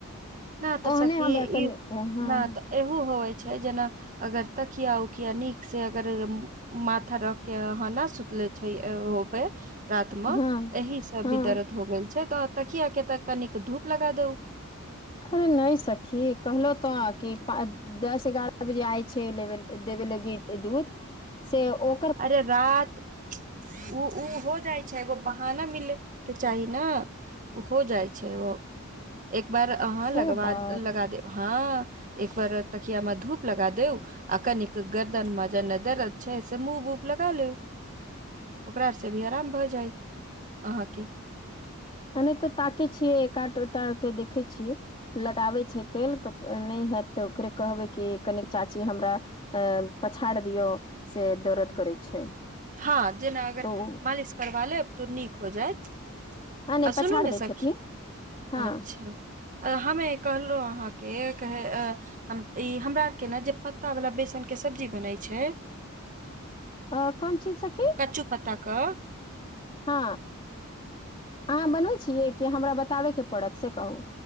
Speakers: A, on the right; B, on the left.
A: ना तऽ सखी
B: ओहने हमरा कनी
A: ई
B: क हॉं
A: ना तऽ एहू होवै छै जेना अगर तकिया उकिया नीक से अगर माथा रख केँ अहाँ नऽ सुतले छै ए होबै रात मे
B: हँ
A: एहि से
B: हँ
A: भी दर्द हो गेल छै तऽ तकिया केँ तऽ कनिक धूप लगा दोउ
B: अरे नय सखी कहलहु तऽ कि पा दस एगारह बजे आय छै एवै देबे लागी दूध से ओ
A: अरे रात उ उ हो जाए छै एगो बहाना मिलै केँ चाही नऽ उ हो जाइ छै ओ एक बार अहाँ
B: से
A: लगबा
B: बात
A: लगा देब हँ एक बार तकियामे धूप लगा दु आ कनिक गर्दन मे जेने दरद छै से मुभ उभ लगा लू ओकरा से भी आराम भय जैंत अहाँकेँ
B: अने तऽ ताकै छियै एक आठ तऽ केँ देखे छियै लगाबै छै तेल तऽ नय हैत तऽ ओकरे कहबै की कनिक चाची हमरा अ पछाड़ दियौ से दरद करै छै
A: हँ जेना अगर
B: तऽ
A: मालिश करबा लेब तो नीक हो जैत
B: आ नहि
A: अ
B: पछाड़
A: सुनू नऽ
B: दै
A: सखी
B: छथिन हँ
A: अच्छऽ अ हमे कहलहु अहाँकेँ कहे ए ई हमरा आर केँ नऽ जे पत्ता वला बेसन केँ सब्जी बनै छै
B: अ कोन चीज सखी
A: कचू पत्ता कऽ
B: हँ अहाँ बनबै छियै कि हमरा बताबय केँ पड़त से कहू